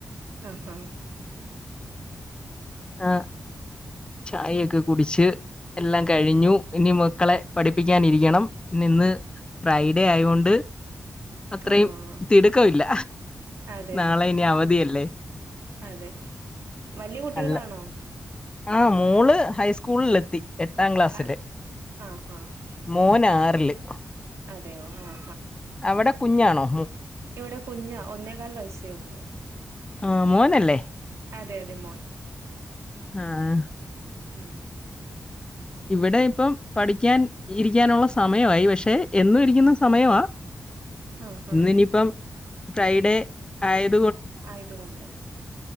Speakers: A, on the right; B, on the left.
A: ആഹ ഹാ
B: ആ ചായൊക്കെ കുടിച്ച് എല്ലാം കഴിഞ്ഞു
A: ഉം
B: ഇനി മ മക്കളെ പഠിപ്പിക്കാനിരിക്കണം ഇന്ന് ഫ്രൈഡേ ആയൊണ്ട് അത്രയും
A: ആഹ്
B: തിടുക്കമല്ല
A: അതെ
B: നാളെ
A: അതെ
B: ഇനി അവധിയിയല്ലേ
A: അതെ വലിയ കുട്ടികളാണോ
B: അല്ല ആ മോള് ഹൈസ്കൂളിൽ എത്തി എ് എട്ടാം ക്ലാസില്
A: ആഹ് ആഹ് ആഹ്
B: മോനാറില്ല്
A: അതെയോ ആ
B: അവിടെ കുഞ്ഞാണോ
A: ഇവിടെ കുഞ്ഞ ഒന്നേകാൽ വയസ്സേ ഉള്ളു
B: ആഹ മോനല്ലേ
A: അതെ അതെ മോൻ
B: ആഹ
A: ഉം
B: ഇവിടെ ഇപ്പം പഠിക്കാൻ ഇരിക്കാനുള്ള സമയയി പക്ഷെ എന്നും ഇരിക്കുന്ന സമയമാ
A: ആഹ്
B: ഇന്ന
A: ആഹ്
B: ഇനിപ്പം ഫ്രൈഡേ ആയത്
A: ആ ഇതുകൊണ്ട്